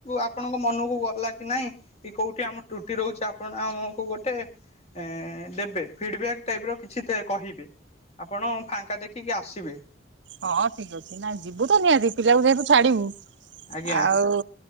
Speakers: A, on the left; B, on the right.
A: ଆପଣଙ୍କ ମ ନୁକୁ ଗଲା କି ନାଇଁ କି କୋଉଠି ଆମ ତୁଟି ରହୁଚି ଆପଣ ଆମୁକୁ ଗୋଟେ ଏଁ ଦେବେ ଫିଡବ୍ୟାକ୍ ଟାଇପ୍ ର କିଛି ତେ କହିବେ। ଆପଣ ଫାଙ୍କା ଦେଖିକି ଆସିବେ।
B: ହଁ ଠିକ୍ ଅଛି ନାଇଁ ଯିବୁ ତ ନିହାତି ପିଲାକୁ ଯେହେତୁ ଛାଡ଼ିବୁ
A: ଆଜ୍ଞା
B: ଆଉ